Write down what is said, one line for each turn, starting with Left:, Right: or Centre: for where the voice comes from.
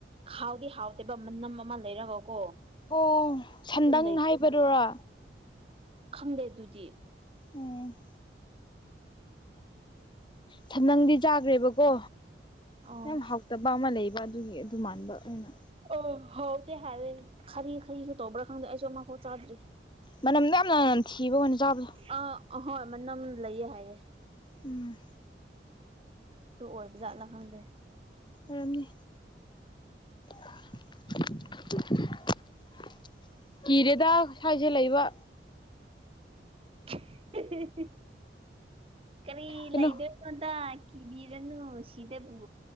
Right: ꯈꯥꯎꯗꯤ ꯍꯥꯎꯇꯦꯕ ꯃꯅꯝ ꯑꯃ ꯂꯩꯔꯒꯀꯣ꯫
Left: ꯑꯣ ꯁꯟꯗꯪ
Right: ꯑꯗꯨꯝ ꯂꯩ
Left: ꯍꯥꯏꯕꯗꯨꯔꯣ꯫
Right: ꯈꯪꯗꯦ ꯑꯗꯨꯗꯤ꯫
Left: ꯎꯝ꯫ ꯁꯟꯗꯪꯗꯤ ꯆꯥꯒ꯭ꯔꯦꯕꯀꯣ
Right: ꯑꯣ
Left: ꯌꯥꯝ ꯍꯥꯎ ꯇꯕ ꯑꯃ ꯂꯩꯕ ꯑꯗꯨꯒꯤ ꯑꯗꯨ ꯃꯥꯟꯕ ꯑꯩꯅ꯫
Right: ꯑ ꯍꯥꯎꯇꯦ ꯍꯥꯏꯔꯦ ꯈꯥꯔꯤ ꯈꯥꯔꯤꯁꯨ ꯇꯧꯕ꯭ꯔꯥ ꯈꯪꯗꯦ ꯑꯩꯁꯨ ꯑꯃꯐꯥꯎ ꯆꯥꯗ꯭ꯔꯤ꯫
Left: ꯃꯅꯝ ꯅ ꯌꯥꯝꯅ ꯊꯤꯕ ꯋꯥꯅꯦ ꯆꯥꯕꯗꯣ꯫
Right: ꯑ ꯑꯍꯣꯏ ꯃꯅꯝ ꯂꯩꯌꯦ ꯍꯥꯏꯌꯦ꯫
Left: ꯎꯝ꯫
Right: ꯇꯨ ꯑꯣꯏꯕꯖꯥꯠꯂꯥ ꯈꯪꯗꯦ꯫
Left: ꯑꯣꯏꯔꯝꯅꯤ <inaudible> <unintelligible> ꯀꯤꯔꯦꯗ ꯁ꯭ꯋꯥꯏꯖꯦ ꯂꯩꯕ꯫
Right: <unintelligible> ꯀꯔꯤ
Left: ꯀꯩꯅꯣ
Right: ꯂꯩꯗ ꯀꯗꯥꯢ ꯀꯤꯕꯤꯔꯅ ꯁꯤꯗꯕꯨ꯫